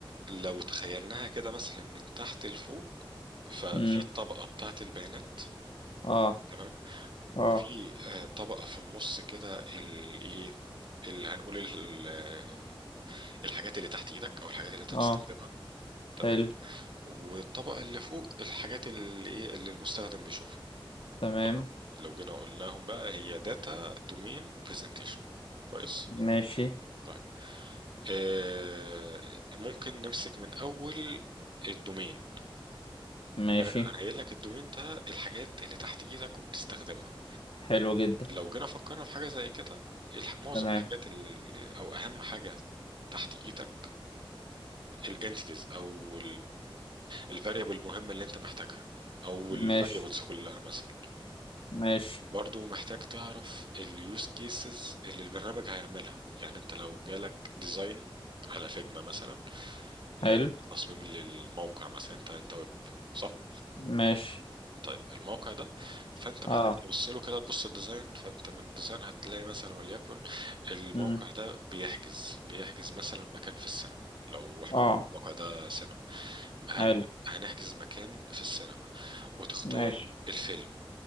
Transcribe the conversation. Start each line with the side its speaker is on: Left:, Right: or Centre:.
Right: لو تخيلناها كده مثلا من تحت لفوق ففي
Left: امم
Right: الطبقة بتاعة البيانات
Left: اه
Right: تمام وفي
Left: اه
Right: آه، طبقة في النص كده ال- ايه اللي هنقول ال- آه، الحاجات اللي تحت ايدك او الحاجات اللي انت
Left: اه
Right: بتستخدمها تمام
Left: حلو
Right: والطبقة اللي فوق الحاجات اللي ايه اللي المستخدم بيشوفها
Left: تمام
Right: طب لو جينا قلناهم بقى هي داتا دومين برزنتيشن كويس
Left: ماشي
Right: طيب آه ممكن نمسك من اول الدومين
Left: ماشي
Right: انا أنا قايل لك الدومين ده الحاجات اللي تحت ايدك وبتستخدمها
Left: حلو جدا
Right: لو جينا فكرنا في حاجه زي كده إيه الح- معظم
Left: تمام
Right: الحاجات ال- او اهم حاجه تحت ايدك الانتيتيز او الفاريبل المهمه اللي انت محتاجها او الفاريبلز
Left: ماشي
Right: كلها مثلا
Left: ماشي
Right: برضو محتاج تعرف اليوز كيسز اللي البرنامج هيعملها يعني انت لو جالك ديزاين على فيجما مثلا آه،
Left: حلو
Right: تصميم للموقع مثلا انت انت ويب صح
Left: ماشي
Right: طيب الموقع ده فانت محتاج
Left: اه
Right: تبص له كده تبص الديزاين فانت من الديزاين هتلاقي مثلا وليكن الموقع
Left: امم
Right: ده بيحجز بيحجز مثلا مكان في السينما لو احنا
Left: اه
Right: قلنا الموقع ده سينما هن-
Left: حلو
Right: هنحجز مكان في السينما وتختار
Left: ماشي
Right: الفيلم